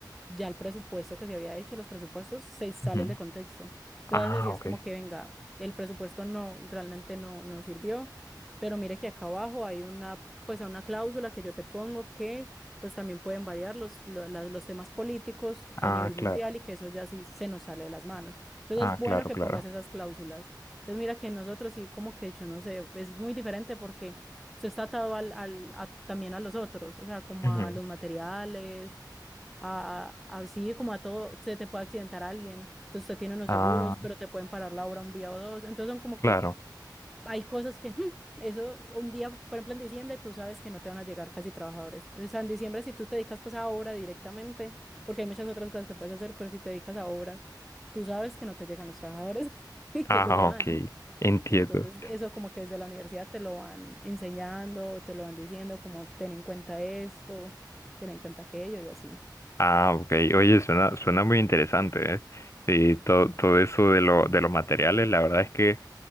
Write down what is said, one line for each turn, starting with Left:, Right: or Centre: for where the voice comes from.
Centre: ya el presupuesto que se había hecho, los presupuestos se salen
Left: Ujú.
Centre: de contexto. Entonces,
Left: Ah,
Centre: sí es
Left: ok.
Centre: como que, venga, el presupuesto no, realmente no, no sirvió, pero mire que acá abajo hay una, pues, una cláusula que yo te pongo que pues también pueden variar los, lo- la- los temas políticos a
Left: Ah,
Centre: nivel mundial
Left: claro.
Centre: y que eso ya sí se nos sale de las manos. Entonces
Left: Ah,
Centre: es bueno
Left: claro,
Centre: que
Left: claro.
Centre: pongas esas cláusulas. Entonces mira que nosotros sí como que yo no sé, es muy diferente porque usted está atado al, al, a- también a los otros, o sea, como
Left: Ujú.
Centre: a los materiales, a, a, a- sí, como a todo, se te puede accidentar alguien. Entonces usted tiene unos
Left: Ah,
Centre: seguros, pero te pueden parar la obra un día o dos. Entonces son como
Left: claro.
Centre: que hay cosas que, hmm, eso, un día, por ejemplo, en diciembre, tú sabes que no te van a llegar casi trabajadores. O sea, en diciembre, si tú te dedicas pues a obra directamente, porque hay muchas otras cosas que puedes hacer, pero si te dedicas a obra, tú sabes que no te llegan los trabajadores <laughs> y que
Left: Ah,
Centre: ellos se van.
Left: ok. Entiendo.
Centre: Entonces, eso como que desde la universidad te lo van enseñando, te lo van diciendo, como ten en cuenta esto, ten en cuenta aquello y así.
Left: Ah, ok. Oye, suena, suena muy interesante, ¿eh? Sí, todo, todo eso de lo, de los materiales, la verdad es que